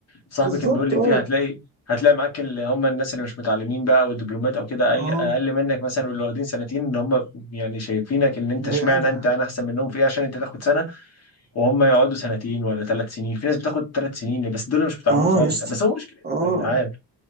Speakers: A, on the left; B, on the right.
A: صاحبي
B: بالظبط
A: كان بيقول لي
B: اه
A: فيها هتلاقي هتلاقي معاك اللي هم الناس اللي مش متعلمين بقى والدبلومات او كده اي
B: اه
A: اقل منك مثلا واللي واخدين سنتين ان هم يعني شايفينك ان انت
B: بايعينها
A: اشمعنى انت انا احسن منهم في ايه عشان انت تاخد سنه وهم يقعدوا سنتين ولا ثلاث سنين في ناس بتاخد ثلاث سنين بس دول مش متعلمين
B: اه
A: خالص
B: يا اسطى
A: يعني بس هو مشكلتهم
B: اه
A: يا جدعان